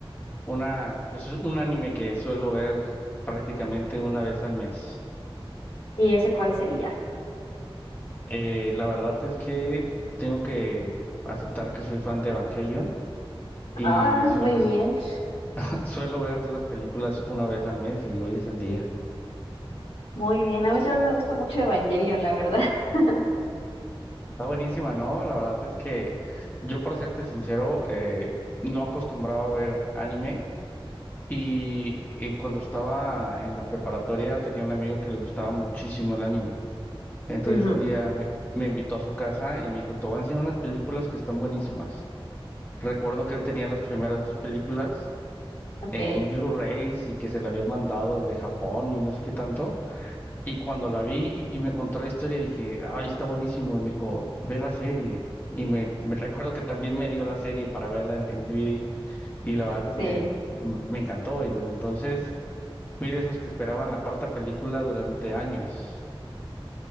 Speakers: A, on the left; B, on the left.
A: una, pues es un anime que suelo ver prácticamente una vez al mes.
B: ¿Y ese cuál sería?
A: Eh, la verdad es que tengo que aceptar que soy fan de Evangelion y
B: Ah,
A: suelo,
B: muy bien,
A: <laughs> suelo ver las películas una vez al mes y hoy es el día.
B: muy bien. A mí también me gusta mucho Evangelion, la verdad. <laughs>
A: Está buenísima, ¿no? La verdad es que yo, para serte sincero, eh, no acostumbraba a ver anime y, eh, cuando estaba en la preparatoria tenía un amigo que le gustaba muchísimo el anime. Entonces
B: Ujú,
A: un día me, me invitó a su casa y me dijo, te voy a enseñar unas películas que están buenísimas. Recuerdo que él tenía las primeras dos películas
B: Ok.
A: en Blu-rays y que se le habían mandado desde Japón y no sé qué tanto. Y cuando la vi y y me contó la historia, dije, ay, está buenísimo. Y me dijo, ve la serie. Y me, me <laughs> recuerdo que también me dio la serie para verla en, en DVD. Y la verdad es
B: Sí,
A: que m- me encantó. Y desde entonces fui de esos que esperaban la cuarta película durante años.